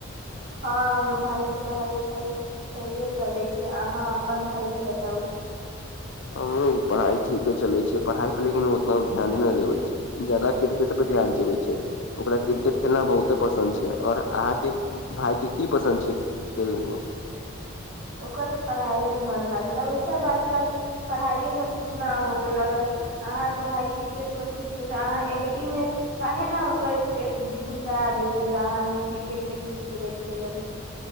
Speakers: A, on the right (about 50°); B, on the left (about 65°).
A: हँ हमर भाई के पढ़ाई -लिखाई सहिये चलै छै अहाँ अप्पन भाय के बताउ?
B: हमरो पढ़ाई ठीके चलै छै। पढ़ाई पर लेकिन ओ नय ध्याने नय देबे छै। जादा क्रिकेट पे ध्यान जेबय छै। ओकरा क्रिकेट खेलना बहुत्ते पसन्द छै और अहाँके? भाय के की पसन्द छै? खेल मे?
A: ओकर तऽ पढ़ाईये मन लागे न वैसा आज कल पढ़ाइये सब कुछ न हो गेल अगर अहाँ के भाई क्रिकेट मे ठीक छै तऽ अहाँ एकडीमे काहे न हुनकर एस एडमिशन करा दिहि तऽ अहाँ ओ क्रिकेट मे ठीक कि खोजैत छय मम्मी